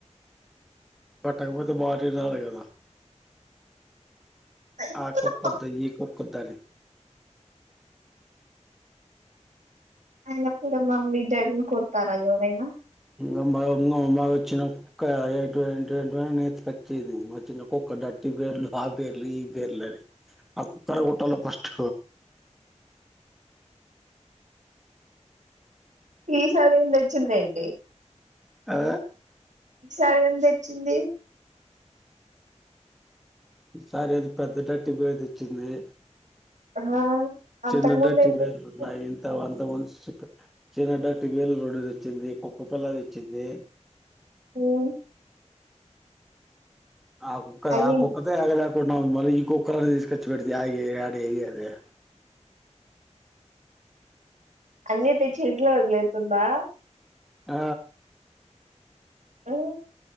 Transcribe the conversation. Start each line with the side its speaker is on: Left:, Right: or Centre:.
Centre: వాట్టాగాపోంత బార నినా క
Right: ఆయన
Centre: ఆకప్పద్తు
Right: కూడా
Centre: ఈ ఒక్కదన్
Right: అయిన కూడా మమ్మీ డాడీని కొడతారా ఎవరైనా
Centre: ఇమ్మా ఇమ్మా వచ్చిన కుక్క ఏ ఏ ఏని తచ్చేది మా చిిన కుక్క ట్టి బేర్లు ఆ బేర్లు ఈ బేర్లు అని ఆ కుక్కర కుట్టలో ఫస్ట్
Right: ఈ సారేం దెచ్చిందేంటి
Centre: ఆ
Right: ఈసారి ఏం దెచ్చింది
Centre: సారి అది పెద్దడటి బేర్ దెచ్చింది
Right: ఆ అంతకుముందు
Centre: చిన్నడ్డట్టి
Right: ఏం
Centre: బేర్లు
Right: చేస్తుంది?
Centre: నా ఇంత అంత ము చినడ టివవేల రోడ్డుది వచ్చింది కుక్కపల్ల దెచ్చింది
Right: మ్
Centre: ఆ కుక్క
Right: అన్ని
Centre: ఆ కుక్కతే అ మరీ కుక్క <unintelligible> తీస్కచ్చి పెడితె యాడేగేది
Right: అన్నీ తెచ్చి ఇంట్లో వదిలేస్తుందా
Centre: ఆ
Right: అవు